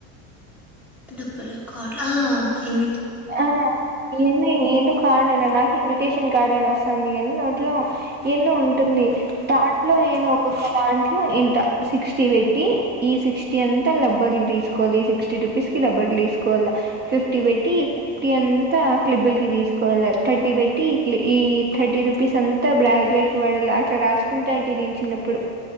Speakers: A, in the centre; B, on the right.
A: గుర్తులు కార్డ్లా ఇం
B: ఆ ఎన్నయ్ ఎందు కాడ నాకు టేషన్ కార్డ్ అనొస్తాంది గనీ నోట్లో ఎన్నో ఉన్ టుంది దాంట్లో ఏదోక్కొక్క దంట్ ట్లో ఇంత సిక్స్టీ పెట్టి ఈ సిక్స్టీ అంతా లబ్బర్లు తీసుకోవాలి సిక్స్టీ రుపీస్ కి లబ్బర్లు తీసుకోవాల. ఫిఫ్టీ పెట్టి ఫ్టీ అంతా క్లిబుల్ కి తీసుకోవాల, థర్టీ పెట్టి క్లి ఈ థర్టీ రూపీస్ అంతా బ్రాస్లెట్ కి వాడాల అట్లా రాసుకుంట్ టాంటి నేన్ చిన్నప్పుడు